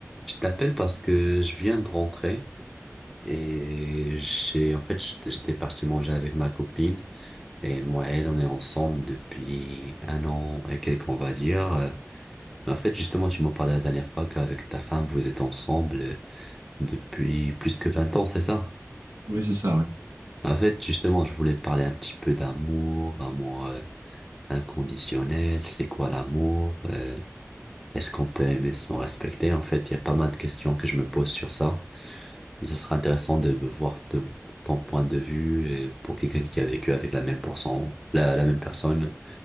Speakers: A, in the centre; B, on the right.
A: Je t'appelle parce que je viens de rentrer et j'ai en fait j'étais j'étais parti manger avec ma copine et moi et elle on est ensemble depuis un an et quelques on va dire. Euh, Mais en fait justement tu m'en parlais la dernière fois qu'avec ta femme vous êtes ensemble euh, depuis plus que 20 ans, c'est ça?
B: Oui, c'est ça, ouais.
A: En fait justement je voulais parler un petit peu d'amour, amour euh, inconditionnel, c'est quoi l'amour? Euh, Est-ce qu'on peut aimer sans respecter? En fait il y a pas mal de questions que je me pose sur ça. Et ce sera intéressant de voir te- ton point de vue et pour quelqu'un qui a vécu avec la même personne, la, la même personne